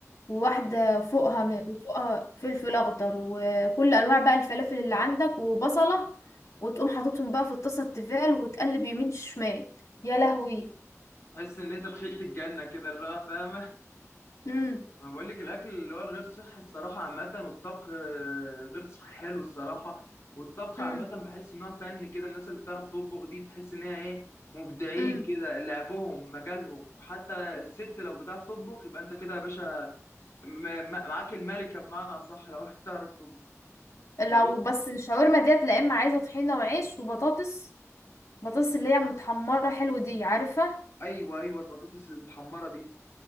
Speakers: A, on the left; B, on the left.
A: وواحدة فوقها فوقها فلفل أخضر وكل أنواع بقى الفلافل اللي عندك وبصلة وتقوم حاططهم بقى في الطاسة التيفال وتقلب يمين شمال يا لهوي
B: تحس ان انت دخلت الجنه كده اللي هو فاهمه
A: امم
B: انا بقول لك الاكل اللي هو الغير صحي الصراحه عامه والطبخ آه، غير صحي حلو الصراحه والطبخ
A: امم
B: عامه بحس ان هو فن كده الناس اللي بتعرف تطبخ دي بتحس ان هي ايه مبدعين
A: امم
B: كده لعبهم مجالهم وحتى الست لو بتعرف تطبخ يبقى انت كده يا باشا م- م- معاك الملكه بمعنى اصح لو <laughs> بتعرف تطبخ
A: لو
B: وغير-
A: بس الشاورما ديت لا اما عايزة طحينة وعيش وبطاطس بطاطس اللي هي متحمرة حلو دي عارفة
B: ايوه ايوه البطاطس المتحمره دي